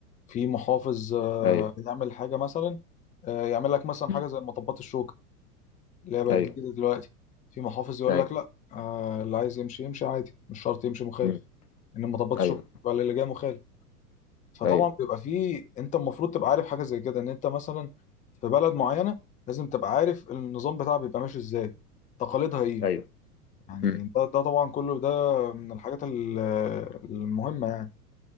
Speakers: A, on the left; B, on the left.
A: في محافظ آه،
B: أيوه
A: يعمل حاجة مثلا آه، يعمل لك مثلا
B: مم.
A: حاجة زي مطبات الشوكة اللي هي بقت
B: أيوه
A: جديدة دلوقتي في محافظ يقول
B: أيوه
A: لك لا آه، اللي عايز يمشي يمشي عادي مش شرط يمشي مخالف
B: مم.
A: ان مطبات الشوكة
B: أيوه
A: بقى اللي جاي مخالف فطبعا
B: أيوه
A: بيبقى في انت المفروض تبقى عارف حاجة زي كده ان انت مثلا في بلد معينة لازم تبقى عارف النظام بتاعها بيبقى ماشي ازاي تقاليدها ايه
B: أيوه
A: يعني
B: مم.
A: ده ده طبعا كله ده من الحاجات ال- المهمة يعني